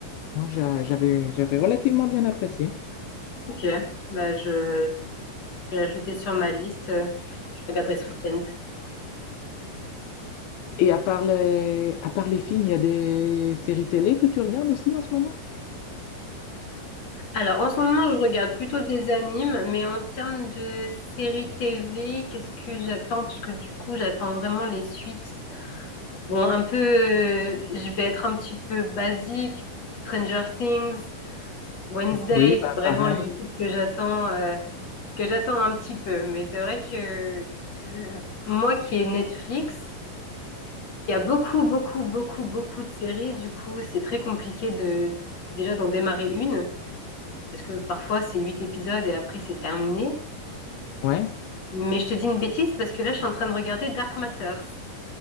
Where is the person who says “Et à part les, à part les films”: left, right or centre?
Left